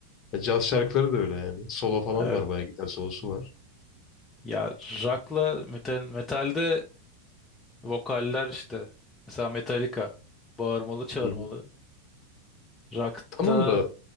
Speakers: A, on the left (about 35°); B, on the left (about 15°).
A: Ya caz şarkıları da öyle yani. Solo falan
B: Evet.
A: var bayağı gitar solosu var.
B: Ya rock'la metal, metalde Vokaller işte. Mesela Metallica. Bağırmalı çağırmalı.
A: Hı hı.
B: Rock'ta
A: Tamam da